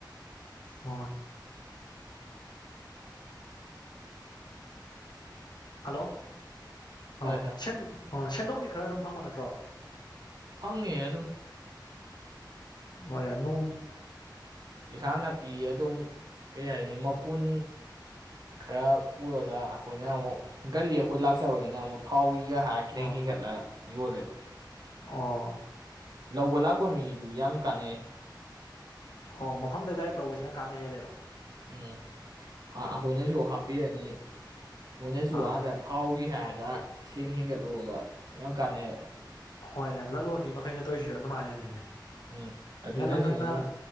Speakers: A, on the left; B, on the right.
A: ꯑꯣ ꯍꯜꯂꯣ
B: ꯇꯥꯏ
A: ꯑꯥ
B: ꯇꯥꯏ
A: ꯑꯣ ꯁꯦꯟꯗꯣꯡꯗꯤ ꯈꯔ ꯑꯗꯨꯝ ꯐꯪꯕ ꯅꯠꯇ꯭ꯔꯣ
B: ꯐꯪꯉꯦ ꯑꯗꯨꯝ
A: ꯍꯣꯏꯅ ꯅꯣ
B: ꯏꯁꯥꯡ ꯅꯥꯄꯤ ꯑꯗꯨꯝ ꯀꯩ ꯍꯥꯏꯅꯤ ꯃꯄꯨꯟ ꯈꯔ ꯄꯨꯔꯒ ꯑꯩꯈꯣꯏꯅ ꯑꯃꯨꯛ ꯒꯥꯔꯤ ꯑꯩꯈꯣꯏ ꯂꯥꯛꯆꯕꯅꯤꯅ ꯑꯃꯨꯛ ꯊꯥꯎꯒꯤ ꯒ ꯍꯥꯑ ꯈꯤꯇꯪ
A: ꯑꯣ
B: ꯍꯦꯟꯒꯠꯂ ꯌꯣꯜꯂꯦꯕ
A: ꯑꯥ
B: ꯂꯧꯕ ꯂꯥꯛꯄ ꯃꯤꯗꯤ ꯌꯥꯝ ꯀꯥꯟꯅꯩ
A: ꯑꯣ ꯃꯐꯝꯗ ꯗꯥꯏꯔꯦꯛ ꯂꯧꯕꯁꯤꯅ ꯀꯥꯟꯅ ꯍꯦꯜꯂꯦꯕ
B: ꯎꯝ ꯑꯩꯈꯣꯏꯅꯁꯨ ꯍꯥꯞꯄꯤꯔꯅꯤ ꯃꯣꯏꯅꯁꯨ
A: ꯑꯥ
B: ꯑꯥꯗ ꯊꯥꯎꯒꯤ ꯍꯥꯏ ꯁꯦꯟ ꯍꯦꯟꯒꯠꯂꯨꯒ ꯌꯥꯝ ꯀꯥꯟꯅꯩꯑꯕ
A: ꯍꯣꯏꯅꯦ ꯂꯂꯣꯟꯕꯤ ꯃꯈꯩꯅ ꯇꯧꯔꯤꯁꯤꯁꯨ ꯑꯗꯨꯃꯥꯏꯅꯅꯤꯅꯦ
B: ꯎꯝ ꯑꯗꯨꯅꯅꯤ
A: ꯉꯟꯅ ꯉꯟꯅ
B: ꯑꯩꯅ